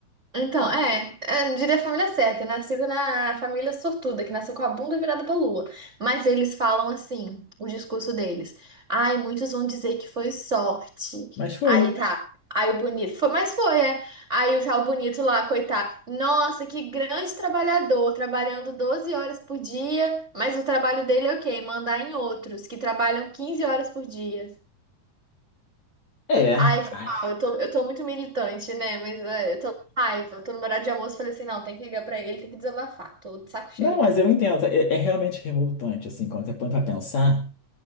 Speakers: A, on the right; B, on the left.
A: Então, é, é, eu diria a família certa, nascida na família sortuda, que nasceu com a bunda virada pra lua. Mas eles falam assim, o discurso deles. Ai, muitos vão dizer que foi sorte.
B: Mas foi.
A: Aí tá, aí o bonito, foi, mas foi, é. Aí o tal bonito lá, coitado. Nossa, que grande trabalhador, trabalhando 12 horas por dia, mas o trabalho dele é o quê? Mandar em outros, que trabalham 15 horas por dia.
B: É.
A: Ai, foi
B: ai.
A: mal, eu tô, eu tô muito militante, né? Mas é, eu tô com raiva, tô no horário de almoço, falei assim, não, tem que ligar pra ele, tem que desabafar, tô de saco cheio
B: Não, mas
A: já.
B: eu entendo. É, é realmente revoltante, assim, quando você põe pra pensar.